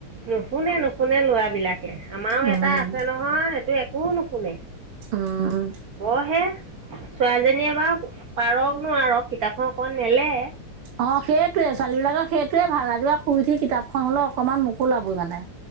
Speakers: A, on the right (about 45°); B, on the right (about 80°).
A: নুশুনে নুশুনে লৰা বিলাকে, আমাৰো
B: উম
A: এটা আছে নহয় সেইটো একো নুশুনে।
B: আহ।
A: অ হে, ছোৱালীজনীয়ে বা পাৰক নোৱাৰক কিতাপখন অকণ মেলে।
B: অ সেইটোৱে ছোৱালী বিলাকৰ সেইটোৱে ভাল ৰাতিপুৱা শুই উঠি কিতাপখন হলে অকনমান মোকোলাবই মানে।